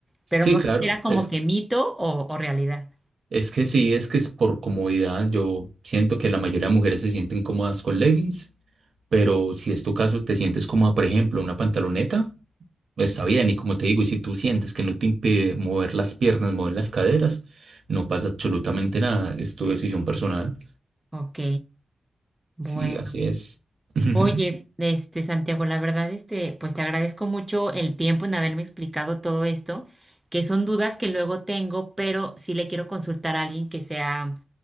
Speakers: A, on the right; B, in the centre.
A: Sí,
B: Pero no
A: claro,
B: sé si era como
A: es
B: que mito o, o realidad.
A: Es que sí, es que es por comodidad. Yo siento que la mayoría de mujeres se sienten cómodas con leggings, pero si es tu caso, te sientes cómoda, por ejemplo, una pantaloneta, está bien. Y como te digo, y si tú sientes que no te impide mover las piernas, mover las caderas, no pasa absolutamente nada. Es tu decisión personal.
B: Ok, bueno.
A: Sí, así es. <laughs>
B: Oye, este Santiago, la verdad, este, pues te agradezco mucho el tiempo en haberme explicado todo esto, que son dudas que luego tengo, pero sí le quiero consultar a alguien que sea,